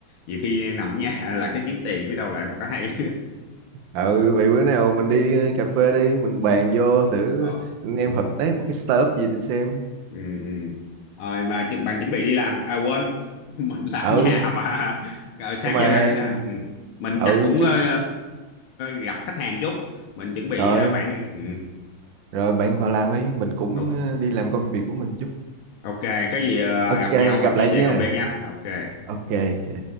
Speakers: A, on the left; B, on the right.
A: nhiều khi nằm ở nhà <laughs> là cái kiếm tiền biết đâu lại một cái hay
B: ừ vậy bữa nào mình đi ờ, cà phê đi mình bàn vô thử
A: <laughs> ờ.
B: anh em
A: ừ.
B: hợp tác một cái startup gì thì xem
A: ừ ừ rồi mà chuẩn- bạn chuẩn bị đi làm à quên <laughs> mình làm
B: ừ
A: ở nhà mà Ờ, sáng
B: nhưng mà
A: giờ ăn sao ừ. mình
B: ừ
A: chắc cũng
B: chút
A: ờ, gặp khách hàng chút mình chuẩn bị
B: rồi
A: ờ, khoảng ừ.
B: rồi bạn vào làm đi mình cũng
A: ok
B: ờ, đi làm công việc của mình chút
A: ok có gì ờ,
B: ok
A: gặp nhau mình
B: gặp
A: chia
B: lại
A: sẻ
B: nha
A: công việc nha ok
B: ok ok